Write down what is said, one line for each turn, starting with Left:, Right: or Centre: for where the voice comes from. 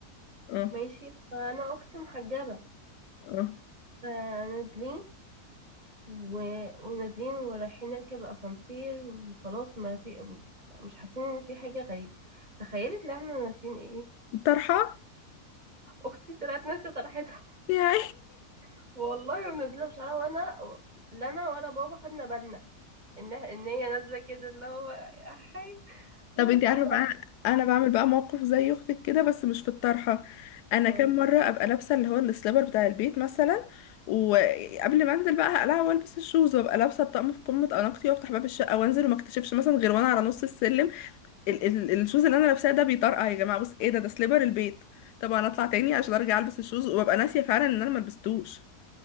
Left: اه
Right: ماشي فأنا أختي محجبة
Left: اه
Right: فنازلين و... ونازلين ورايحين نركب الأسانسير وخلاص ما في مش حاسين إن في حاجة غريبة تخيلي طلعنا ناسيين ايه
Left: طرحه
Right: اختي طلعت ناسيه طرحتها
Left: يا
Right: <laughs> والله ونازله بشعرها وانا لا انا ولا بابا خدنا بالنا ان ان هي نازله كده اللي هو يا حي بس
Left: طب انت عارفه
Right: ف-
Left: بقى انا بعمل بقى موقف زي اختك كده بس مش في الطرحه انا
Right: اه
Left: كام مره ابقى لابسه اللي هو السليبر بتاع البيت مثلا وقبل ما انزل بقى هقلع والبس الشوز وابقى لابسه الطقم في قمه اناقتي وافتح باب الشقه وانزل وما اكتشفش مثلا غير وانا على نص السلم ال ال الشوز اللي انا لابساه ده بيطرقع يا جماعه بص ايه ده ده سليبر البيت طبعا اطلع تاني عشان ارجع البس الشوز وابقى ناسيه فعلا ان انا ما لبستوش